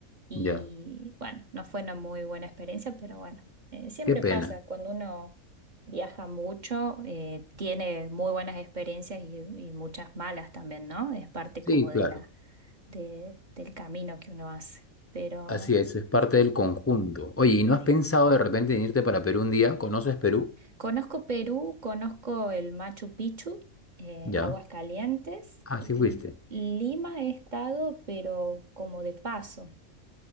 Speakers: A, on the right; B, on the left.
A: y
B: Ya,
A: bueno, no fue una muy buena experiencia, pero bueno, eh, siempre
B: qué pena.
A: pasa cuando uno viaja mucho, eh, tiene muy buenas experiencias y, y muchas malas también, ¿no? Es parte
B: Sí,
A: como de
B: claro.
A: la, de- del camino que uno hace. Pero
B: Así es, es parte del conjunto. Oye, ¿y no
A: sí,
B: has pensado de repente en irte para Perú un día? ¿Conoces Perú?
A: conozco Perú, conozco el Machu Picchu, eh,
B: Ya.
A: Aguascalientes
B: Ah,
A: y
B: sí fuiste.
A: Lima he estado, pero como de paso,